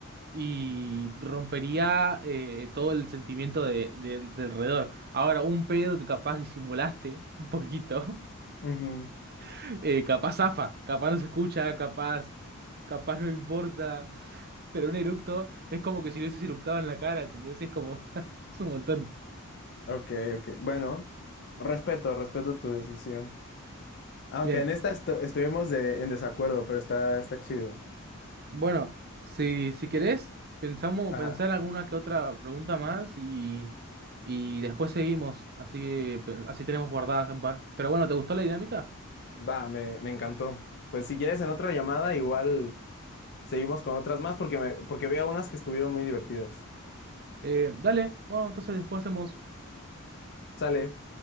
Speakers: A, on the right; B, on the left.
A: y rompería eh, todo el sentimiento de, de- de alrededor. Ahora, un pedo que capaz disimulaste un poquito,
B: Ujú.
A: <laughs> eh, capaz zafa, capaz no se escucha, capaz, capaz no importa, pero un eructo es como que si lo hubieses eructado en la cara, ¿entendés? Es como, <laughs> es un montón.
B: Ok, ok. Bueno, respeto, respeto tu decisión. Aunque
A: Bien,
B: en esta estu- estuvimos de- en desacuerdo, pero está, está chido.
A: bueno, si, si querés, pensamos,
B: Ajá.
A: pensar en alguna que otra pregunta más y, y después seguimos, así que pe- así tenemos guardadas un par. Pero bueno, ¿te gustó la dinámica?
B: Va, me, me encantó. Pues si quieres en otra llamada, igual seguimos con otras más porque me, porque vi algunas que estuvieron muy divertidas.
A: Eh, dale, bueno, entonces después hacemos
B: Sale.